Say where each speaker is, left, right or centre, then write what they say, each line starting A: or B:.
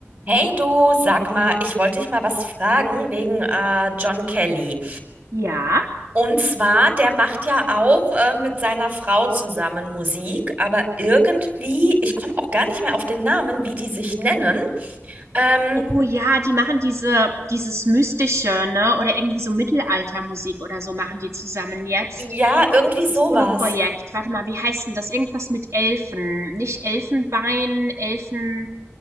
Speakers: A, on the right; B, on the right.
A: Hey du, sag mal, ich wollte dich mal was fragen wegen äh, John Kelly.
B: Ja?
A: Und zwar, der macht ja auch äh, mit seiner Frau zusammen Musik, aber irgendwie, ich komme auch gar nicht mehr auf den Namen, wie die sich nennen. Ähm,
B: Oh ja, die machen diese, dieses Mystische, ne? Oder irgendwie so Mittelaltermusik oder so machen die zusammen jetzt.
A: ja, irgendwie
B: Dieses
A: sowas.
B: Soloprojekt. Warte mal, wie heißt denn das? Irgendwas mit Elfen. Nicht Elfenbein, Elfen,